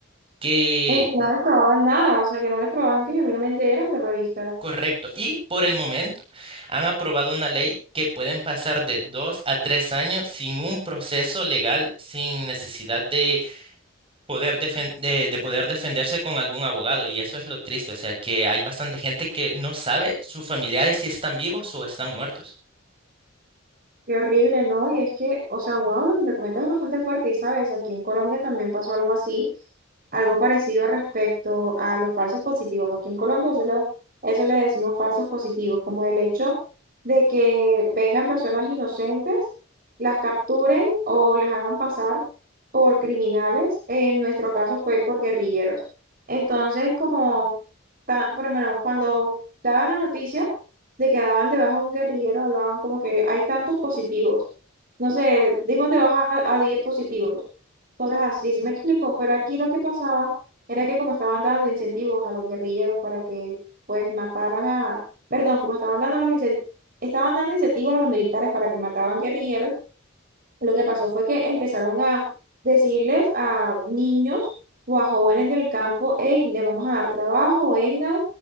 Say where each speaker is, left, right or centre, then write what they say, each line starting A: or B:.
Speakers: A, on the right; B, on the right.
A: que
B: eh, que no les probaban nada, o sea, que no les probaban que genuinamente eran terroristas.
A: Correcto. Y por el momento han aprobado una ley que pueden pasar de dos a tres años sin un proceso legal, sin necesidad de poder, defen- de, de poder defenderse con algún abogado. Y eso es lo triste. O sea, que hay bastante gente que no sabe sus familiares si están vivos o están muertos
B: Qué horrible, ¿no? Y es que, o sea, wow, lo que me comentas es bastante fuerte. Y sabes, aquí en Colombia también pasó algo así, algo parecido respecto a los falsos positivos. Aquí en Colombia eso, lo- eso le decimos falsos positivos, como el hecho de que vengan personas inocentes, las capturen o las hagan pasar por criminales. En nuestro caso fue por guerrilleros. Entonces, como, ta- por lo menos, cuando daban la noticia de que daban de baja a un guerrillero, hablaban como que hay tantos positivos. No sé, dimos de baja a, a 10 positivos. Cosas así, sí me explico, pero aquí lo que pasaba era que como estaban dando incentivos a los guerrilleros para que pues mataran a, perdón, como estaban dando los incen- estaban dando incentivos a los militares para que mataban guerrilleros, lo que pasó fue que empezaron a decirles a niños o a jóvenes del campo, hey, le vamos a dar trabajo, vengan,